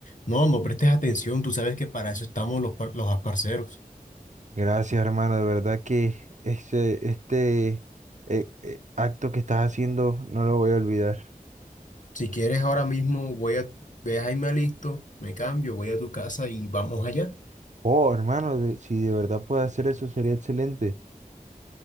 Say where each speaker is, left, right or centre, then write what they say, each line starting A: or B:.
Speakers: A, on the left (about 60°); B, on the right (about 55°).
A: no, no prestes atención, tú sabes que para eso estamos los, par- los parceros.
B: Gracias, hermano. De verdad que este, este eh, eh, acto que estás haciendo no lo voy a olvidar.
A: Si quieres, ahora mismo voy a, deja y me listo, me cambio, voy a tu casa y vamos allá.
B: Oh, hermano, de- si de verdad puedo hacer eso sería excelente.